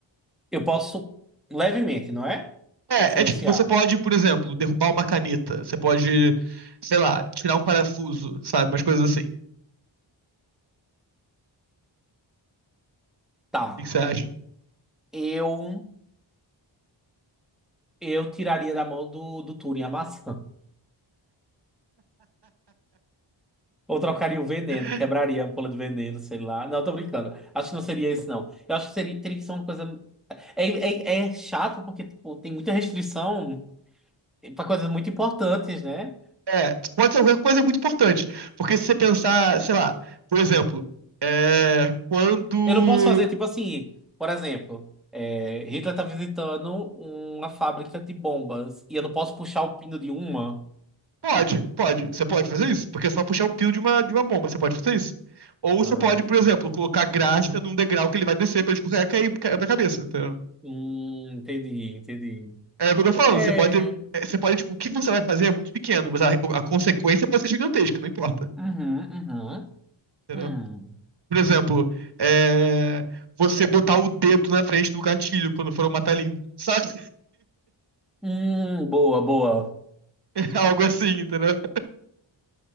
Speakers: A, in the centre; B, on the right.
A: Eu posso levemente, não é?
B: É,
A: Influenciar.
B: é tipo, você pode, por exemplo, derrubar uma caneta. Você pode, sei lá, tirar um parafuso, sabe? Umas coisas assim. O
A: Tá.
B: que que você acha?
A: Eu eu tiraria da mão do, do Turing a maçã. Ou trocaria o veneno,
B: <laughs>
A: quebraria a ampola de veneno, sei lá. Não, tô brincando. Acho que não seria isso, não. Eu acho que seria, teria que ser uma coisa. É, é, é chato porque, tipo, tem muita restrição pra coisas muito importantes, né?
B: É, pode ser qualquer coisa muito importante. Porque se você pensar, sei lá, por exemplo, é, quando.
A: Eu não posso fazer, tipo assim, por exemplo, é, Hitler tá visitando uma fábrica de bombas e eu não posso puxar o pino de uma.
B: Pode, pode. Você pode fazer isso, porque é só puxar um pio de uma, de uma bomba, você pode fazer isso. Ou você
A: Ah,
B: pode, por
A: tá.
B: exemplo, colocar graxa num degrau que ele vai descer pra, tipo, cair, cair cair pra cabeça, entendeu?
A: Hum, entendi, entendi.
B: É o que eu tô falando,
A: É.
B: você pode. é, Você pode, tipo, o que você vai fazer é muito pequeno, mas a, a consequência pode ser gigantesca, não importa.
A: Uhum, uhum,
B: Entendeu?
A: hum.
B: Por exemplo, é, você botar o dedo na frente do gatilho quando for matar limpo. Sabe?
A: Hum, boa, boa.
B: <laughs> Algo assim, entendeu?